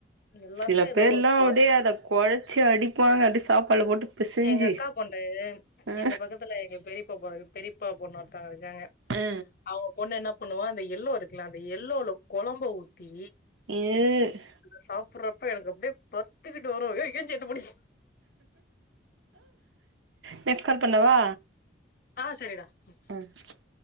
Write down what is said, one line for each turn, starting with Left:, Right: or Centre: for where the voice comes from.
Left: எல்லாத்துலயும்
Right: சில பேர்லா
Left: ஏதோ ஒரு கொற
Right: அப்டியே அத கொழச்சி அடிப்பாங்க அடி சாப்பாடுல போட்டு பிசைஞ்சி
Left: எங்கக்கா பொண்ணு
Right: ஆ
Left: எங்க பக்கத்துல எங்க பெரியப்பா பொ பெரியப்பா பொண்ணு கா இருக்காங்க
Right: ஆ
Left: அவங்க பொண்ணு என்னா பண்ணுவோ அந்த யெல்ளோ இருக்குல்ல அந்த யெல்ளோல கொழம்ப ஊத்தி
Right: இது
Left: சாப்புட்றப்ப எனக்கு அப்டியே பத்திக்கிட்டு வரு ஏய் ஏஞ்சு அங்க போடி
Right: நைட் கால் பண்ணவா
Left: ஆ சரிடா ம்
Right: ம்